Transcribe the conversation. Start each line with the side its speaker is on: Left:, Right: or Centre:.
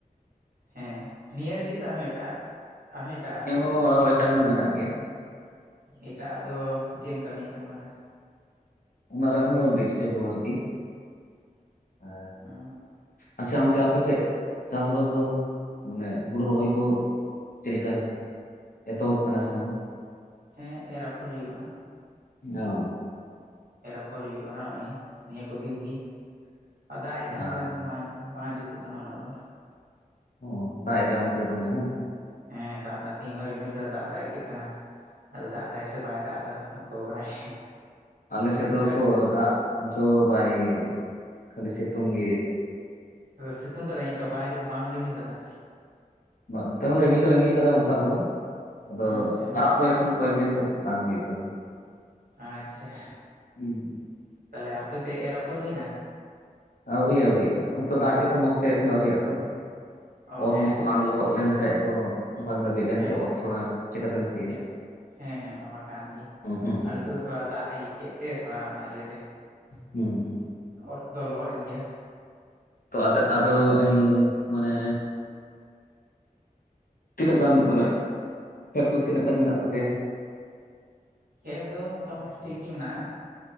Right: ᱦᱮᱸ ᱱᱤᱭᱟᱹ ᱨᱮᱜᱮ ᱥᱮ ᱟᱨᱦᱚ ᱮᱴᱟᱜ ᱟᱨᱦᱚ ᱮᱴᱟᱜ
Left: ᱚ ᱟᱨᱚ ᱮᱴᱟᱜ ᱦᱚᱸ ᱢᱮᱱᱟᱜ ᱜᱮᱭᱟ᱾
Right: ᱮᱴᱟᱜᱼᱟ ᱫᱚ ᱪᱮᱫ ᱮᱢ ᱠᱟᱹᱢᱤᱭᱮᱫ ᱠᱟᱱ ᱛᱟᱞᱟᱝᱟ?
Left: ᱚᱱᱟ ᱨᱮᱦᱚᱸ ᱰᱤᱡᱤᱴᱟᱞ ᱳᱭᱟᱨᱠ ᱜᱮ ᱦᱮ
Right: ᱚ
Left: ᱟᱪᱪᱷᱟ ᱚᱱᱛᱮ ᱟᱯᱮᱥᱮᱫ ᱪᱟᱥ ᱵᱟᱥ ᱫᱚ ᱢᱟᱱᱮ ᱦᱩᱲᱩ ᱨᱚᱦᱚᱭ ᱠᱚᱼᱼ ᱪᱮᱞᱠᱟᱢ ᱮᱛᱚᱦᱚᱵ ᱠᱟᱱᱟ ᱥᱮ ᱵᱟᱝ?
Right: ᱦᱮᱸ ᱮᱨ ᱟᱯᱷᱚᱨ ᱦᱩᱭᱩᱜ ᱠᱟᱱᱟ᱾
Left: ᱚᱻ
Right: ᱮᱨ ᱟᱯᱷᱚᱨ ᱦᱩᱭᱩᱜ ᱠᱟᱱᱟ ᱱᱚᱜᱚᱭ ᱱᱤᱭᱟᱹ ᱠᱚ ᱫᱤᱱ ᱜᱮ ᱫᱟᱜ ᱮᱫ
Left: ᱟᱪᱪᱷᱟ,
Right: ᱠᱟᱱ ᱛᱟᱦᱮᱸ ᱵᱟᱝ ᱡᱩᱛᱼᱼ ᱡᱩᱛᱩᱜ ᱠᱟᱱᱟ ᱩᱱᱟᱜ ᱫᱚ
Left: ᱚ ᱵᱟᱭᱫᱟ ᱚᱱᱛᱮ ᱫᱚ ᱵᱟᱝ?
Right: ᱦᱮᱸ ᱫᱟᱜ ᱫᱟᱜ ᱛᱮᱦᱧ ᱦᱚᱸ ᱨᱤᱢᱤᱞ ᱠᱟᱫᱟ ᱫᱟᱜ ᱫᱟᱜ ᱟᱹᱭᱠᱟᱹᱜ ᱠᱟᱱᱟ᱾ ᱟᱫᱚ ᱫᱟᱜ ᱫᱟᱭ ᱥᱮ ᱵᱟᱭ ᱫᱟᱜ ᱮᱫᱟ ᱟᱠᱚ ᱵᱟᱲᱟᱭ
Left: ᱟᱞᱮᱥᱮᱫ
Right: ᱚᱱᱠᱟ
Left: ᱫᱚ ᱠᱚᱚᱨ ᱫᱟᱜ ᱫᱚ ᱵᱟᱭ ᱠᱷᱟᱹᱞᱤ ᱥᱤᱛᱩᱝ ᱜᱮᱼᱼ
Right: ᱥᱤᱛᱩᱝ ᱠᱟᱫᱟᱭ ᱱᱤᱛᱚᱜ ᱵᱟᱭ ᱵᱟᱝ ᱮ ᱨᱤᱢᱤᱞ ᱠᱟᱫᱟ᱾
Left: ᱱᱚᱛᱮ ᱦᱚᱸ ᱨᱤᱢᱤᱞ ᱫᱚ ᱨᱤᱢᱤᱞ ᱠᱟᱫᱟ ᱚᱱᱠᱟ ᱫᱚ ᱵᱟᱝ ᱟᱫᱚ
Right: ᱟᱪᱪᱷᱟ
Left: ᱫᱟᱜ ᱫᱚ ᱮᱠᱷᱚᱱᱼᱼ ᱠᱚᱭᱮᱠ ᱫᱤᱱ ᱠᱷᱟᱱ ᱵᱟᱝ ᱦᱩᱭᱩᱜ ᱠᱟᱱᱟ᱾
Right: ᱟᱪᱪᱷᱟ
Left: ᱦᱩᱸ,
Right: ᱛᱟᱦᱚᱞᱮ ᱟᱯᱮ ᱥᱮᱫ ᱮᱨ ᱟᱯᱷᱚᱨ ᱦᱩᱭᱱᱟ?
Left: ᱟᱹᱣᱨᱤ ᱟᱹᱣᱨᱤ ᱟᱹᱣᱨᱤᱜᱼᱟ ᱦᱚᱭᱛᱚ ᱫᱟᱜ ᱜᱮᱛᱚ ᱢᱚᱡᱽ ᱛᱮ ᱮᱠᱷᱚᱱ ᱟᱹᱣᱨᱤᱜ ᱟᱛᱚ᱾
Right: ᱚ
Left: ᱚᱛ
Right: ᱦᱮᱸ
Left: ᱢᱚᱡᱽ ᱛᱮ ᱵᱟᱝ ᱞᱚᱦᱚᱫ ᱞᱮᱱ ᱠᱷᱟᱟᱱ ᱛᱚ ᱵᱟᱝ ᱞᱟᱹᱵᱤᱫ ᱞᱮᱱ
Right: ᱦᱮᱸ
Left: ᱠᱷᱟᱟᱱ ᱚᱛ ᱛᱷᱚᱲᱟ ᱪᱮᱠᱟᱛᱮᱢ ᱥᱤᱼᱼ
Right: ᱦᱮᱸ ᱦᱮᱸ ᱦᱮᱸ ᱚᱱᱟ ᱢᱟ ᱠᱟᱱ ᱜᱮ
Left: ᱦᱩᱸ
Right: ᱟᱞᱮᱥᱮᱫ ᱫᱚ ᱛᱷᱚᱲᱟ ᱫᱟᱜ ᱮᱭᱠᱮᱜ ᱛᱮ ᱛᱷᱚᱲᱟ ᱚᱱᱟ ᱤᱭᱟᱹᱛᱮᱼᱼ
Left: ᱦᱮᱸ ᱦᱮᱸ
Right: ᱚᱛ ᱫᱚ ᱞᱚᱦᱚᱫ ᱮᱱ ᱜᱮᱭᱟ᱾
Left: ᱛᱚ ᱟᱫᱚ ᱟᱫᱚ ᱢᱟᱱᱮᱼᱼ ᱛᱤᱱᱟᱹᱜ ᱜᱟᱱ ᱢᱟᱱᱮ
Right: ᱦᱮᱸ
Left: ᱠᱷᱮᱛ ᱫᱚ ᱛᱤᱱᱟᱹᱜ ᱜᱟᱱ ᱢᱮᱱᱟᱜ ᱛᱟᱯᱮᱭᱟ᱾
Right: ᱠᱷᱮᱛ ᱫᱚ ᱢᱚᱴᱟ ᱢᱩᱴᱤ ᱴᱷᱤᱠ ᱜᱮ ᱢᱮᱱᱟᱜᱼᱟ